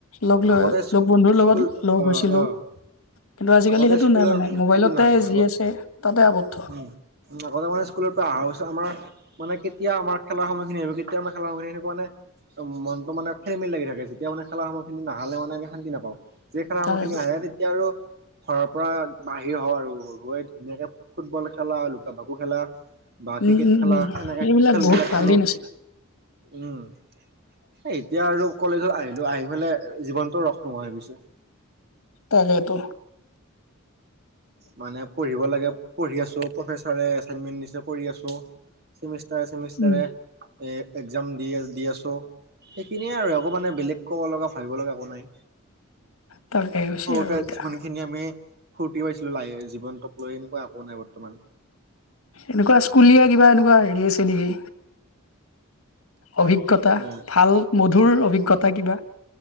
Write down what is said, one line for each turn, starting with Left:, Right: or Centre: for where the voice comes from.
Left: লগ-
Right: আগতে
Left: লগ বন্ধুৰ
Right: স্কুল
Left: লগত লগ
Right: অ
Left: হৈছিলোঁ।
Right: অ
Left: কিন্তু আজিকালি
Right: আগতে
Left: সেইটো
Right: স্কুলৰ
Left: নাই মানে মোবাইলতে
Right: সেইটো নাই,
Left: যি
Right: আগৰ
Left: আছে তাতে আৱদ্ধ
Right: উম। উম, আগতে মানে স্কুলৰ পৰা আহাৰ পিছত আমাৰ মানে কেতিয়া আমাৰ খেলাৰ সময়খিনি আহিব, কেতিয়া আমাৰ খেলা সময়খিনি সেনেকা মানে, মনটো মানে খেলি মেলি লাগে। থাকে, যেতিয়া মানে খেলাসময়খিনি নাহালে মানে আমি শান্তি নাপাওঁ। সেই খেলাসময়খিনি
Left: তাকেতো
Right: আহে তেতিয়া আৰু ঘৰৰ পৰা বাহিৰ হওঁ আৰু। ধুনীয়াকে ফুটবল খেলা, লুকা- ভাকু খেলা, বা
Left: উম
Right: ক্ৰিকেট
Left: উম
Right: খেলে।
Left: উম
Right: এনেকে
Left: এইবিলাক
Right: খেলবিলাক
Left: বহুত ভাল
Right: খেলোঁ।
Left: দিন আছিল
Right: উম, এই এতিয়া আৰু কলেজত আহিলোঁ, আহি পেলাই জীৱনতটো ৰস নোহোৱা হৈ গৈছে।
Left: তাকেটো।
Right: মানে পঢ়িব লাগে, পঢ়ি আছোঁ। প্ৰফেচাৰে এছাইনমেন্ট দিছে কৰি আছোঁ। ছেমিষ্টাৰে-ছেমিষ্টাৰে
Left: উম
Right: এ, এক্সজাম দি- দি আছোঁ। সেইখিনিয়ে আৰু একো মানে বেলেগ ক'ব লগা, ভাবিব লগা একো নাই।
Left: তাকে হৈছে
Right: সৰুতে
Left: আৰু এতিয়া
Right: যিমানখিনি আমি ফুৰ্তি পাইছি <unintelligible> জীৱনক লৈ এনেকুৱা একো নাই বৰ্তমান।
Left: এনেকুৱা স্কুলীয়া কিবা, এনেকুৱা হেৰি আছে নেকি? অভিজ্ঞতা,
Right: এ
Left: ভাল মধুৰ অভিজ্ঞতা কিবা?